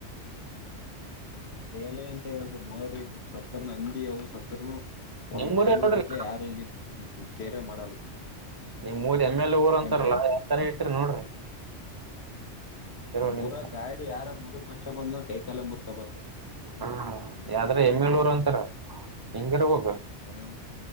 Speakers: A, on the left (about 60°); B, on the right (about 25°).
A: ಕತ್ಲ್ಲ ಎಂತ ಹೇಳಲ್ರಿ ಮೋರಿ ಸತ್ತರ್ ಅಂದಿ ಅ ಸತ್ತರ್ನು ಒಂದೊಂದ್
B: ನಿಮ್ಮೂರೇ
A: ತಿಂಗಳಗಟ್ಲೆ
B: ನೋಡ್ರಿ
A: ಯಾರಲ್ಲಿ ಕೇರೆ ಮಾಡಲ್ಲ
B: ನಿಮ್ ಮೂದ ಎಮ್ ಎಲ್ ಊರ್ ಅಂತಾರಲ್ಲಾ
A: ಏನ್ರೀ
B: ಯಾವತರ ಇಟ್ರಿ ನೋಡ್ರಿ ಇರೋ
A: ನಮ್ಮ್ಊರಾಗ
B: ನಿಮ್
A: ಗಾಡಿ ಯಾರನ್ ಮುದುಕ್ ಮನ್ಷ್ಯ ಬಂದ ಕೈಕಾಲೆ ಮುರ್ಕಬ
B: ಹ ಯ್ರ ಎಮ್ಮ ಎಲ್ ರು ಅಂತಾರ ಹಿಂಗರ್ ಹೋಗ
A: ಹಲೋ